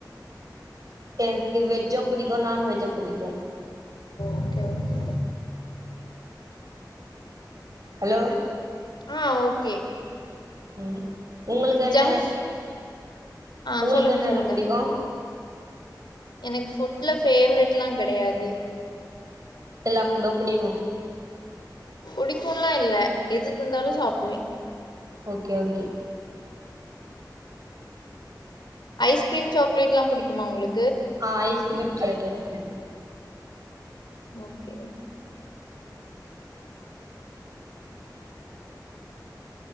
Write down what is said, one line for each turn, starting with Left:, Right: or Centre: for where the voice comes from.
Right: எனக்கு வெஜ்ஜும் புடிக்கும் நான்வெஜ்ஜும் புடிக்கும்
Left: ஓகே ஓகே
Right: ஹலோ
Left: ஆ ஓகே
Right: உம் உங்களுக்கு என்ன
Left: ஜங்க் ஆ
Right: உங்களுக்கு
Left: சொல்லுங்க
Right: என்ன
Left: சொல்லுங்க
Right: என்ன புடிக்கோ
Left: எனக்கு ஃபுட்ல ஃபேவரெட்லா கெடையாது
Right: எல்லா ஃபுட்டோ புடிக்கோ
Left: புடிக்கும்லா இல்ல எது தந்தாலு சாப்புடுவே
Right: ஓக்கே ஓக்கே
Left: ஐஸ்கிரீம் சாக்லேட் எல்லா புடிக்குமா உங்களு
Right: ஆஹ் ஐஸ்கிரீம் சாக்லேட் எல்லா புடிக்கோ
Left: ஓகே ஓகே